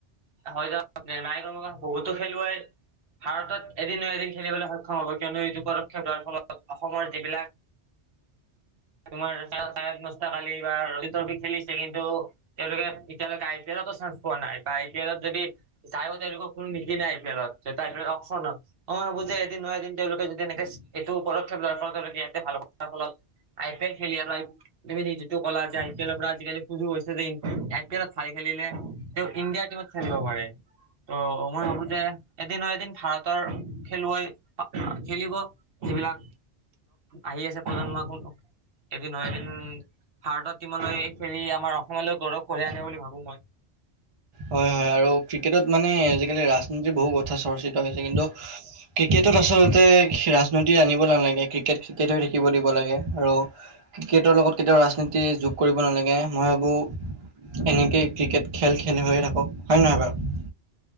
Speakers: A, on the right; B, on the right.
A: হয় য নাই বহুতো খেলুৱৈ ভাৰতত এদিন ন এদিন খেলিবলৈ সক্ষম হব কিয়নো এইটো ফলত অসমৰ যিবিলাক তোমাৰ চাৰে নস্তা কালি বা ৰোহিত ট্ৰফি খেলিছে কিন্তু তেওঁলোকে এতিয়ালৈকে আই পি এলত ছানছ পোৱা নাই বা আ পি এলত যদি যায়ও তেওঁলোক কোনো নিশিকা নাই আই পি এলত অ ময়ো ভাবোযে এদিন ন তেওঁলোকে যদি এনেকে এইটো পদক্ষেপ লোৱাৰ ফলত তেওঁলোকে ইয়াতে ভাল হ'ব। তাৰ ফলত। আই পি এল খেলিা তুমি যিটো কলা যেই পি এৰ পৰা আজিকালি সুজু হৈছে যে আই পি এলত। খেলিলে তেওঁ ইণ্ডিয়াৰ টিমত খেলিব পাৰে। ত' মই ভাবো যে এদিনৰ এদিন ভাৰতৰ খেলুৱৈ খেলিব যিবিলাক আহি আছে প্ৰজন্ম এদিন এদিন ভাৰতৰ টিমলৈ খেলি আমাৰ অসমলৈ গৌৰৱ কঢ়িয়াই আনে বুলি ভাবো মই।
B: হয় হয় আৰু ক্ৰিকেটত মানে আজিকালি ৰাজনীতিৰ বহু চৰ্চিত হৈছে কিন্তু ক্ৰিকেটত আচলতে ৰাজনীতি আনিব নালাগে। ক্ৰিকেট ক্ৰিকেট হৈ থাকিব দিব লাগে। আৰু ক্ৰিকেটৰ লগত কেতিয়াও ৰাজনীতি যোগ কৰিব নালাগে মই ভাবো এনেকেই ক্ৰিকেট খেল খেল হৈ থাকক হয়ে নহয় বাৰু?